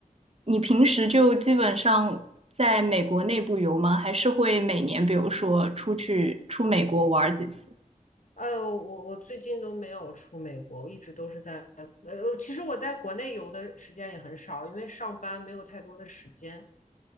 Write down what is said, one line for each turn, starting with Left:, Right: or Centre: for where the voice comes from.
Right: 你平时就基本上在美国内部游吗？还是会每年比如说出去出美国玩几次？
Left: 哎呦，我我最近都没有出美国，我一直都是在呃，其实我在国内游的时间也很少，因为上班没有太多的时间。